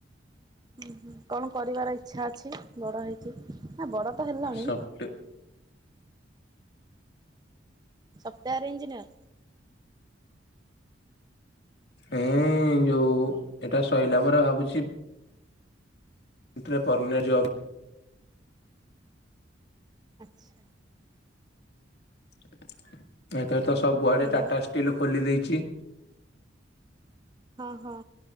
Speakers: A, on the right; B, on the left.
A: ହୁଁ ହୁଁ କଣ କରିବାର ଇଛା ଅଛି ବଡ ହେଇକି। ହଁ ବଡ ତ ହେଲଣି।
B: Soft
A: ସଫ୍ଟୱାରେ engineer.
B: ଏଁ ଯୋଉ ଏଟା ସଇଲା ପରେ ଭାବୁଛି। ଏଥିରେ ପରମାନେଟ୍ ଜବ୍
A: ଆଛା।
B: ଆ <unintelligible> ଏଥର ତ ସବୁଆଡେ
A: ହ୍ୟାଲୋ
B: ଟାଟା ଷ୍ଟିଲ୍ ଖୋଲି ଦେଇଛି।
A: ହଁ ହଁ।